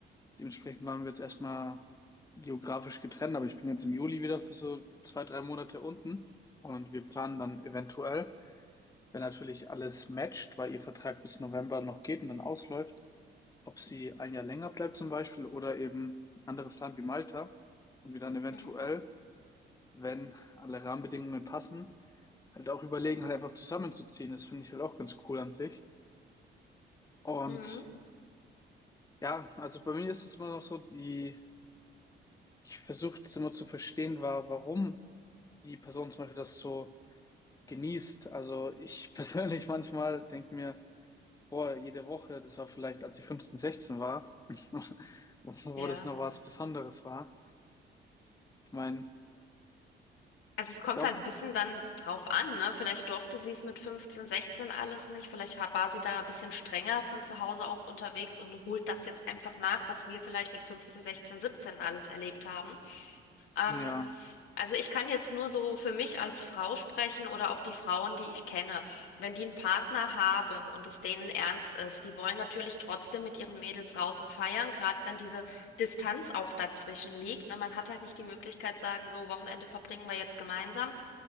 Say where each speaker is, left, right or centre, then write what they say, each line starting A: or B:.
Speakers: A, on the left; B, on the left.
A: dementsprechend waren wir jetzt erstmal geografisch getrennt, aber ich bin jetzt im Juli wieder für so zwei, drei Monate unten und wir planen dann eventuell, wenn natürlich alles matcht, weil ihr Vertrag bis November noch geht und dann ausläuft, ob sie ein Jahr länger bleibt zum Beispiel oder eben ein anderes Land wie Malta und wir dann eventuell,
B: Mhm.
A: wenn alle Rahmenbedingungen passen, halt auch überlegen, halt einfach zusammenzuziehen. Das finde ich halt auch ganz cool an sich. Und
B: Mhm.
A: ja, also bei mir ist es immer noch so, die, ich versuche das immer zu verstehen, war, warum die Person zum Beispiel das so genießt. Also ich <laughs> persönlich manchmal denke mir, boah, jede Woche, das war vielleicht, als ich 15, 16 war, <laughs> wo
B: Ja.
A: das noch was Besonderes war. Ich meine,
B: Also es kommt
A: glaube,
B: halt ein bisschen dann drauf an, ne? Vielleicht durfte sie es mit 15, 16 alles nicht. Vielleicht ha- war sie da ein bisschen strenger von zu Hause aus unterwegs und holt das jetzt einfach nach, was wir vielleicht mit 15, 16, 17 alles erlebt haben. Ähm,
A: ja,
B: also ich kann jetzt nur so für mich als Frau sprechen oder auch die Frauen, die ich kenne. Wenn die einen Partner haben und es denen ernst ist, die wollen natürlich trotzdem mit ihren Mädels raus und feiern, gerade wenn diese Distanz auch dazwischen liegt. Ne? Man hat halt nicht die Möglichkeit, sagen, so Wochenende verbringen wir jetzt gemeinsam.